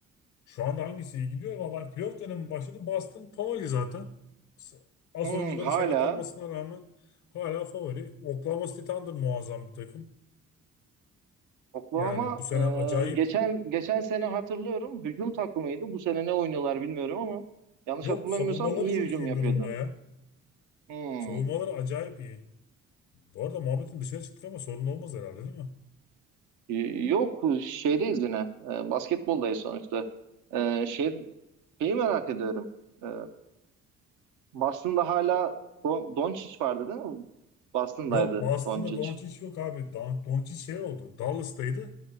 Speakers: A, on the left; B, on the right.
A: Şu anda hangisi iyi gidiyor? Vallahi playoff dönemi başladı. Boston favori zaten. S- As
B: Hmm,
A: oyuncuları
B: hala
A: sakat olmasına rağmen hala favori. Oklahoma City Thunder muazzam bir takım.
B: Oklahoma
A: Yani bu sene
B: e,
A: acayip.
B: geçen geçen sene hatırlıyorum hücum takımıydı. Bu sene ne oynuyorlar bilmiyorum ama yanlış
A: Yok
B: hatırlamıyorsam
A: savunmaları
B: iyi
A: çok
B: hücum
A: iyi
B: yapıyordu.
A: durumda ya.
B: Hmm.
A: Savunmaları acayip iyi. Bu arada muhabbetin dışına çıktık ama sorun olmaz herhalde değil mi?
B: Y- Yok şeydeyiz yine. E, basketboldayız sonuçta. E, şey, şeyi merak ediyorum. E, Boston'da hala Don Doncic vardı değil mi? Boston'daydı
A: Yok Boston'da
B: Doncic.
A: Doncic yok abi. Da- Doncic şey oldu. Dallas'taydı.